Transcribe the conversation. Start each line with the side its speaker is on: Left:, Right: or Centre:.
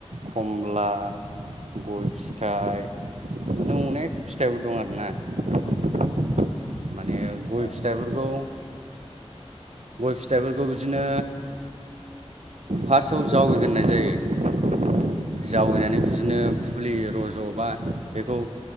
Right: खमला गय फिथाइ अनेख
Left: औ
Right: फिथाइबो दं आरोना।
Left: औ।
Right: माने
Left: ओमफ्राय
Right: गय फिथाइफोरखौ गय फिथाइफोरखौ बिदिनो फार्स्टआव जावैना दोननाय जायो। जावैनानै
Left: औ
Right: बिदिनो फुलि रज'बा बेखौ